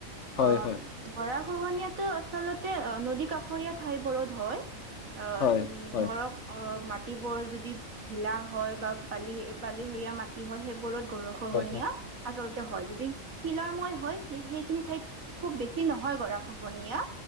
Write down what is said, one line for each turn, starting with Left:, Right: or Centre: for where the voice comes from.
Left: হয়
Right: অ'
Left: হয়
Right: গৰাখহনীয়াটো আচলতে অ' নদী কাষৰী হৰীয়া ঠাইবোৰত হয় আহ
Left: হয়
Right: উ
Left: হয়
Right: ধৰক অ মাট টিবোৰ যদি ঢিলা হয় বা বালি বালিহেৰীয়া মাটি হয় সেইবোৰত ঘৰখহনীয়া
Left: হয়
Right: আচলতে হয় যদি শিলময় হয় সেইখিনি ঠাইত খুব বেছি নহয় গৰাখহনীয়া